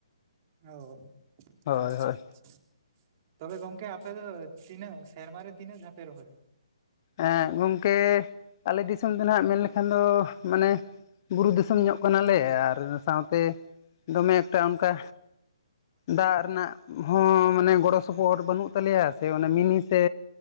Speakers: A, on the right; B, on the left.
A: ᱚᱳ
B: ᱦᱳᱭ
A: ᱟᱪᱪᱷᱟ
B: ᱦᱳᱭ
A: ᱟᱪᱪᱷᱟ᱾ ᱛᱚᱵᱮ ᱜᱚᱝᱠᱮ ᱟᱯᱮ ᱫᱚ ᱛᱤᱱᱟᱹᱜ ᱥᱮᱨᱢᱟᱨᱮ ᱛᱤᱱᱟᱹᱜ ᱫᱷᱟᱣᱯᱮ ᱨᱚᱦᱚᱭᱟ?
B: ᱮᱸᱜ ᱜᱚᱢᱠᱮ ᱟᱞᱮ ᱫᱤᱥᱚᱢ ᱫᱚ ᱱᱟᱦᱟᱸᱜ ᱢᱮᱱ ᱞᱮᱠᱷᱟᱱ ᱫᱚ ᱢᱟᱱᱮ ᱵᱩᱨᱩ ᱫᱤᱥᱚᱢ ᱧᱚᱜ ᱠᱟᱱᱟᱞᱮ
A: ᱯᱩᱨᱟᱹ
B: ᱟᱨ ᱥᱟᱶᱛᱮ ᱫᱚᱢᱮ ᱮᱠᱴᱟ ᱚᱱᱠᱟ ᱫᱟᱜ ᱨᱮᱱᱟᱜ ᱦᱚᱸ ᱢᱟᱱᱮ ᱜᱚᱲᱚ ᱥᱚᱯᱚᱦᱚᱫ ᱵᱟᱹᱱᱩᱜ ᱛᱟᱞᱮᱭᱟ ᱥᱮ ᱚᱱᱟ ᱢᱤᱱᱤ ᱥᱮ